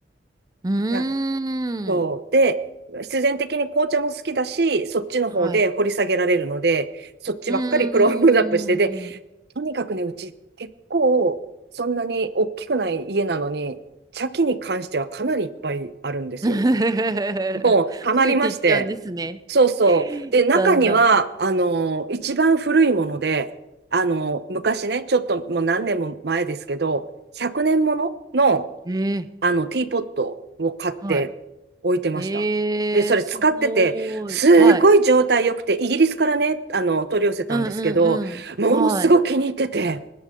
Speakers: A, on the right (about 20°); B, on the right (about 60°).
A: うーん。
B: なんかそう。で、必然的に紅茶も好きだし、そっちの方で掘り下げられるので、
A: はい。
B: そっちばっかりクロームアップして、
A: うーん。
B: で、とにかくね、うち結構、そんなに大きくない家なのに、茶器に関してはかなりいっぱいあるんですよ。
A: <laughs>
B: もう、ハマりまして。
A: 増えていっちゃうんですね。
B: そうそう。
A: <laughs>
B: で、中には、
A: だんだ
B: あの、一番古いもので、あの、昔ね、ちょっともう何年も前ですけど、100年ものの、
A: ん。ええ。
B: あの、ティーポットを買って置いてました。
A: はい。へえ、
B: で、それ使ってて、
A: すごーい。
B: すごい状態良くて、
A: はい。
B: イギリスからね、あの、取り寄せたんですけど、
A: うんうんうん。
B: ものすごい気に入ってて、
A: はい。